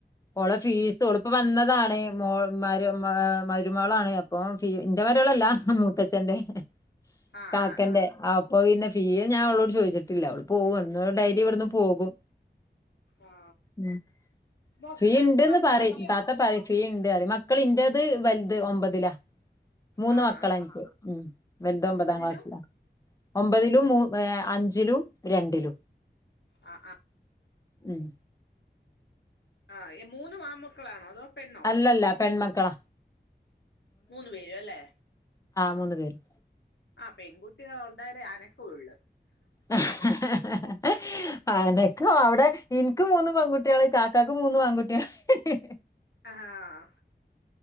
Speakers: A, on the left (about 20°); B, on the left (about 80°).
A: ഓളെ ഫീസ് ഒളിപ്പോ വന്നതാണ് മോൾ മര് മ ആഹ് മരുമോളാണ് അപ്പൊ ഫീ ഇന്റെ മരുമോ ല ഹ് മൂത്തചന്റെ ഹ്
B: ആ
A: കാക്കന്റെ
B: ആ ആ
A: അപ്പൊ പിന്നെ ഫീ ഞാൻ ഓളോട് ചോദിച്ചിട്ടില്ല ഓള് പോവണ് ഡൈലി ഇവിട്ന്ന് പോകും
B: ആ
A: മ്
B: മൊ
A: ഫീണ്ട്ന്ന്
B: മക്കളൊക്കെയോ
A: പറയും താത്ത പറയും ഫീ ഇണ്ട് അറിയും മക്കള് ഇൻ്റെത് വൽത് ഒമ്പതിലാ. മൂന്ന്
B: ആ
A: മക്കള
B: ആ
A: ഇൻക്ക് മ് വെൽതോമ്പതാ
B: ഒമ്പതിലും
A: ക്ലാസ്സില. ഒമ്പതിലും മൂ ഏ അഞ്ചിലും രണ്ടിലും.
B: ആ ആ
A: ഉം.
B: ആഹ് ഏ മൂന്ന് ആമക്കളാണോ അതോ.? പെണ്ണോ
A: അല്ലല്ല പെൺമക്കള.
B: മൂന്ന് പേരല്ലെ ആഹ്
A: മൂന്നു പേരും
B: ആ പെകുട്ടികള വരെ അനകുള്ള്.
A: ഹ് ഹ് ഹഹ ഹാ ഏ ഹ് അനക്കം അവിടെ ഇൻക്ക് മൂന്ന് പൺകുട്ട്യേള്‌ കാക്കക്ക് മൂന്നും ആകുട്ട്യേള്‌ ഹ് ഹ് ഹ് ഹ്.
B: ആഹാഹ്